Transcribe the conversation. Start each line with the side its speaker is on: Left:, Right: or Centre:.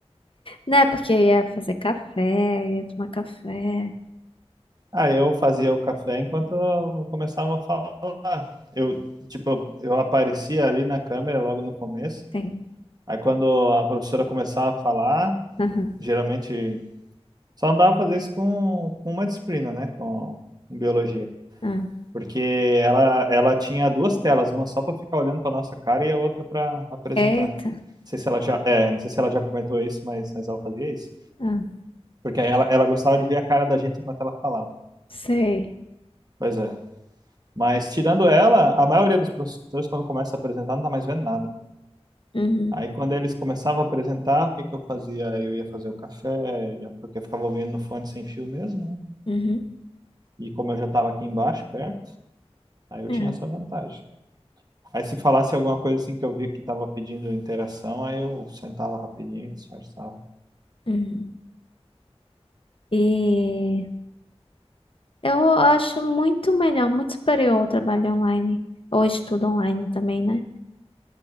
Left: né? Porque eu ia fazer café, ia tomar café.
Right: Ah, eu fazia o café enquanto eu começava a falar. Eu, tipo, eu eu aparecia ali na câmera logo no começo.
Left: Tem.
Right: Aí quando a professora começava a falar,
Left: Aham.
Right: geralmente só não dava pra fazer isso com, com uma disciplina, né? Com, com biologia.
Left: ah.
Right: Porque ela, ela tinha duas telas, uma só pra ficar olhando pra nossa cara e a outra pra apresentar.
Left: Eita.
Right: Não sei se ela já, é, não sei se ela já comentou isso, mas, mas ela fazia isso.
Left: Ah,
Right: Porque aí ela, ela gostava de ver a cara da gente enquanto ela falava.
Left: sei.
Right: Pois é. Mas tirando ela, a maioria dos professores, quando começa a apresentar, não tá mais vendo nada.
Left: Uhum.
Right: Aí quando eles começavam a apresentar, o que que eu fazia? Eu ia fazer o café, ia- porque eu ficava ouvindo no fone sem fio mesmo, né?
Left: Uhum.
Right: E como eu já estava aqui embaixo, perto, aí eu
Left: É.
Right: tinha essa vantagem. Aí se falasse alguma coisa assim que eu via que estava pedindo interação, aí eu sentava rapidinho e disfarçava.
Left: Uhum. E. Eu acho muito melhor, muito superior o trabalho online, ou estudo online também, né?